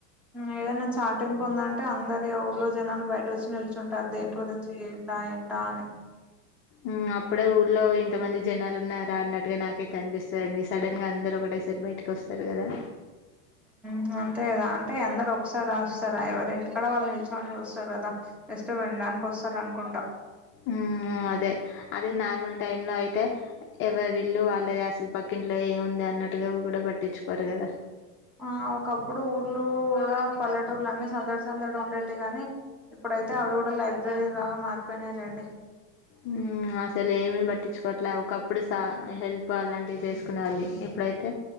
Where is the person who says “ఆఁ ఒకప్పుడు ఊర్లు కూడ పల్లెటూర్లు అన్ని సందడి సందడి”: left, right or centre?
Centre